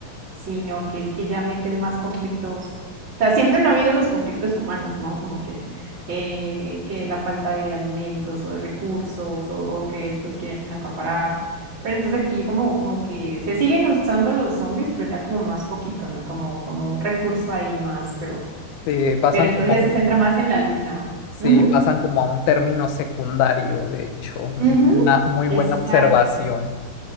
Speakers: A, on the right; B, on the left.
A: sino que es que ya meten más conflictos. O sea, siempre han habido los conflictos humanos, ¿no? Como que, eh, que la falta de alimentos o de recursos o, o que estos quieren acaparar Pero entonces aquí como, como que se siguen usando los zombies, pero ya como más poquito, ¿no? Como, como un recurso ahí más, pero,
B: Sí, pasan
A: pero entonces
B: como
A: ya
B: a
A: se
B: un,
A: centra más en la lucha.
B: sí,
A: Ujú,
B: pasan como a un término secundario, de hecho.
A: ujú,
B: Es una muy buena
A: Exacto.
B: observación.